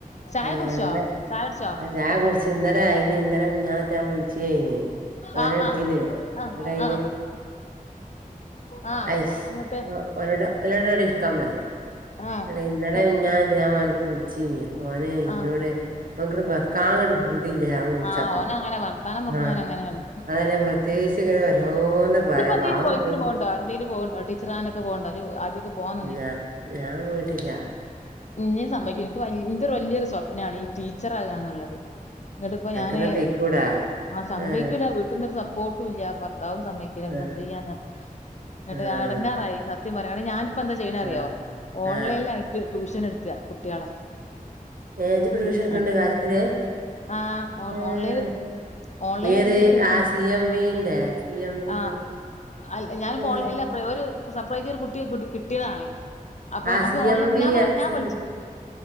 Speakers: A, on the left (about 50°); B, on the right (about 70°).
A: ചായ
B: ഏഹ്
A: കുടിച്ചോ
B: ഇന്ന്
A: കുടിച്ചോ
B: ആഹ് ചായ കുടിച്ചു ഇന്നലെ ആയിന് ഇന്നലെ മിനിഞ്ഞാന്നറ്റെ ഞാ വിളിച്ചയ്ന് ഓനാ
A: ആ
B: ഇട്ത്തിനെതയ്
A: ആ
B: ഇന്നിട്ട്
A: ആ
B: അയ്ന്
A: ആ ആ ആ
B: അയ്ശ്
A: അങ്ങട്ട്
B: ഓലോട്‌ ഒലോടവടെ ഇരിക്കാൻ പറിം
A: ആ
B: ഇന്നിട്ട് ഇന്നലെ
A: എ-
B: മിനിഞ്ഞാന്ന് ഞാൻ ഓൻക്ക് വിളിച്ചീനിം അപ്പോന് ഇന്നോട്
A: ആ
B: ഓൻക്കൊരു ബെ ക്കാനങ്ങട് പൂതില്ല ഞാൻ വിളിച്ചപ്പോ
A: ആ ഓനങ്ങനെ വർത്താനം പറഞ്ഞവനങ്ങനെയാണ്.
B: ന്നാ അതല്ല <unintelligible> പ്രത്യേകിച്ച് ഇങ്ങനെ ഓരോന്ന് പറയാ
A: ഇജ്ജ്പ്പോ എന്തേലും
B: പാവം
A: കോയ്സിന്
B: തോന്നും
A: പോണുണ്ടോ എന്തേലും പോവ്ണ്ടോ ടീച്ചറാകാനൊക്ക പോവ്ണ്ടോ ഇജ്ജ് ആദ്യൊക്കെ പോവാൻ
B: ഇല്ല ഞാൻ പോയിട്ടില്ല
A: ഇഞ്ഞി സമ്മയിക്കും ഇൻക്ക് ഇന്റെ വല്യൊരു സ്വപ്നാണ് ഈ ടീച്ചറാ കാന്നുള്ളത് ഇന്നിട്ട് ഇപ്പ
B: അൻക്ക്‌ന്നാ
A: ഞാന്
B: പൊയ്ക്കൂടെ
A: ആ സമ്മയ്ക്കൂല്ല
B: ഏഹ്
A: വീട്ടിന്നോരു സപ്പോർട്ടും ഇല്ല ഭർത്താവും സമ്മയ്ക്കു ല പിന്നെ
B: ആഹ്
A: എന്ത് ചെയ്യാന ഇന്നട്ട്
B: ആഹ്
A: ഞാൻ എടങ്ങാറായി സത്യം പറയാണ് ഞാൻ പ്പന്താ ചെയ്യണെ അറിയോ
B: ആഹ്
A: ഓൺലൈനിലായിട്ട്
B: ആഹ്
A: ട്യൂഷന് എട്‌ക്ക കുട്ട്യാളെ
B: ഏഹ് ഇജ്ജ്‌പ്പ ട്യൂഷൻ എടുക്ക്‌ണ്ട്
A: ആഹ്
B: കാര്യത്തില്
A: ആഹ് ഓ
B: ഏഹ്
A: ഓൺലൈൻൽ ഓൺലൈനായിട്ട്
B: ഏത്
A: ട്യൂഷൻ ഇട്‌ക്കാണ്
B: ആ സി എം വിന്റെ സി എം വി
A: ആഹ് അല്ല ഞാൻപ്പം
B: ഏഹ്
A: ഓൺലൈൻ അല്ല ഒരു സർപ്രൈസ് ഒരു കുട്ടിയെ കൂടി കിട്ടിയതാണ് അപ്പൊ
B: ആഹ്
A: നമുക്ക്
B: സി
A: ഓൺലൈൻ
B: എം ബി
A: ഞാൻ പറ
B: എ
A: ഞാൻ
B: സി
A: വിളിച്ചു